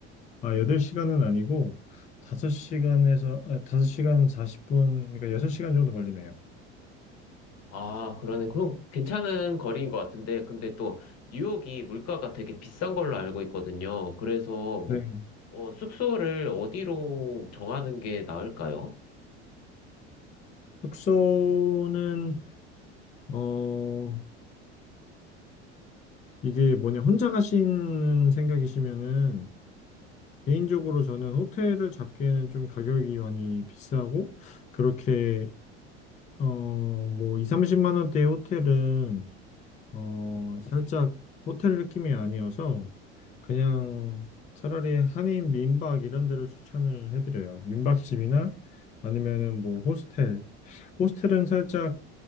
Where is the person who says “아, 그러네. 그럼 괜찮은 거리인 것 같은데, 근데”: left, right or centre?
Left